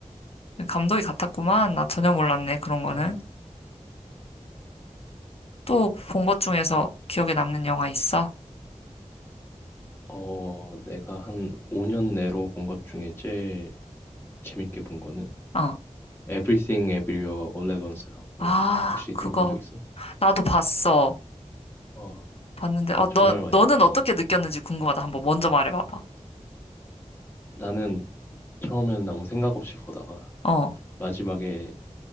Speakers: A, on the left; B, on the left.
A: 감독이 같았구만. 나 전혀 몰랐네, 그런 거는.
B: 음.
A: 또 본 것 중에서 기억에 남는 영화 있어?
B: 어, 내가 한 5년 내로 본 것 중에 제일 재밌게 본 거는
A: 어.
B: Everything Everywhere All at Once라고
A: 아,
B: 혹시
A: 그거.
B: 들어본 적 있어?
A: 나도 봤어.
B: 어,
A: 봤는데,
B: 난
A: 어,
B: 정말
A: 너,
B: 많이
A: 너는
B: 봤. 어,
A: 어떻게 느꼈는지 궁금하다. 한번 먼저 말해봐봐.
B: 나는 처음에는 아무 생각 없이 보다가
A: 어.
B: 마지막에